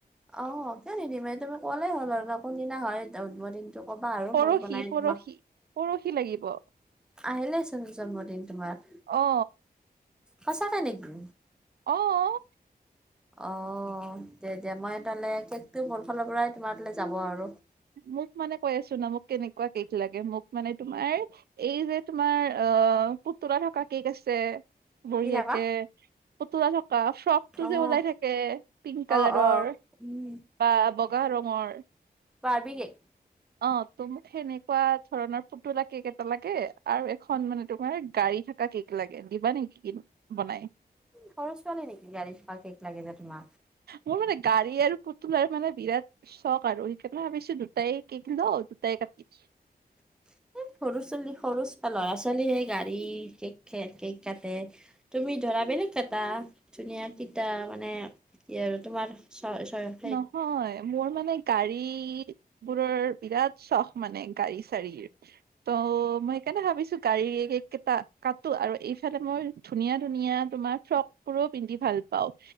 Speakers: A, in the centre; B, on the right.
A: অ', কিয় নিদিম এই তুমি ক'লে হ'ল আৰু কোনদিনা হয় তোমাৰ জন্মদিনটো? ক'বা আৰু
B: পৰহি-পৰহি,
A: মই বনাই তোমাক
B: পৰহি লাগিব।
A: আহিলেচোন জন্মদিন তোমাৰ,
B: অ
A: সঁচাকেই নেকি?
B: অওও',।
A: অহ', তেতিয়া মই তালে কেকটো মোৰ ফালৰ পৰাই তোমাৰ তালৈ যাব আৰু।
B: মোক মানে কৈ আছোঁ ন মোক কেনেকুৱা কেক লাগে মোক মানে তোমাৰ। এই যে তোমাৰ অ', পুতলা থকা কেক আছে? বঢ়িয়াকৈ
A: কি থাকা
B: পুতলা থকা ফ্ৰক। ফ্ৰকটো
A: অ'
B: যে ওলাই থাকে পিংক কালাৰৰ
A: অ' অ' উম
B: বা বগা ৰঙৰ।
A: Barbie cake?
B: অ', তো মোক সেনেকুৱা ধৰণৰ পুতলা কেক এটা লাগে আৰু এখন মানে তোমাৰ গাড়ী থাকা কেক। সেইটো লাগে, দিবা নেকি কি বনাই?
A: সৰু ছোৱালী নেকি গাড়ী চা কেক লাগে যে তোমাক?
B: মোৰ মানে গাড়ী আৰু পুতুল আৰু মানে বিৰাট চক আৰু তাই ভাবিছিলো দুটাই কেক লও দুটাই কাটিম।
A: <inaudible> ও সৰু ছোৱালী সৰু ল'ৰা ছোৱালীহে গাড়ী কেক খেক কেক কাটে তুমি ধৰা বেলেগ কাটা, ধুনীয়া কেইটা মানে কি আৰু তোমাৰ ছ ছ
B: নহয় মোৰ মানে গাড়ীবোৰৰ বিৰাট চখ মানে গাড়ী - চাৰীৰ, ত মই সেনে ভাবিছো গাড়ীয়ে একে কেইটা কাটো আৰু এইফালে মই ধুনীয়া - ধুনীয়া তোমাৰ ফ্ৰকবোৰো পিন্ধি ভাল পাও।